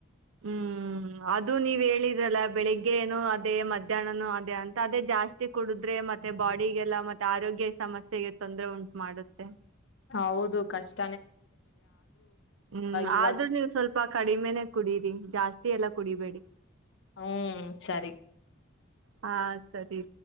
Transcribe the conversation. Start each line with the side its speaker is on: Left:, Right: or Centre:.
Right: ಹ್ಮ್ ಅದು ನೀವ್ ಹೇಳಿದ್ರಲ್ಲ ಬೆಳಿಗ್ಗೆನು ಅದೇ ಮಧ್ಯಾಹ್ನನೋ ಅದೇ ಅಂತ ಅದೇ ಜಾಸ್ ಸ್ತಿ ಕುಡುದ್ರೆ ಮತ್ತೆ ಬಾಡಿಗೆಲ್ಲ ಮತ್ ಆರೋಗ್ಯ ಸಮಸ್ಯೆ ಇ ತೊಂದ್ರೆ ಉಂಟು ಮಾಡುತ್ತೆ.
Left: ಹೌದು ಕಷ್ಟ
Right: ಹ್ಮ್
Left: ಇವಾಗ
Right: ಆದ್ರೂ ನೀವು್ ಸ್ವಲ್ಪ ಕಡಿಮೆನೇ ಕುಡೀರಿ ಜಾಸ್ತಿ ಎಲ್ಲ ಕುಡಿಬೇಡಿ
Left: ಹ್ಮ ಸರಿ
Right: ಹಾ ಸರಿ ರೀ